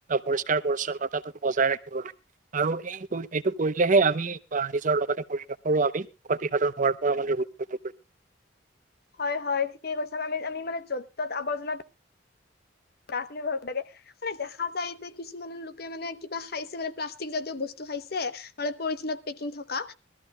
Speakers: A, on the right (about 45°); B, on the left (about 55°).
A: পৰিষ্কাৰ পৰিচ্ছন্নতাটো। বজাই ৰাখিব লাগে। আৰু এই এইটো কৰিলেহে আমি বা নিজৰ লগতে পৰিৱেশৰো আমি। প্ৰতিসাধন হোৱাৰ পৰা অহ উৎসাপ কৰে।
B: হয়, হয় ঠিকেই কৈছা। আমি আমি মানে য'ত ত'ত আৱৰ্জনা। লাগে মানে দেখা যায় যে কিছুমানৰ লোকে মানে কিবা খাইছে মানে প্লাষ্টিক জাতীয় বস্তু। খাইছে মানে পলিথিনত পেকিং থকা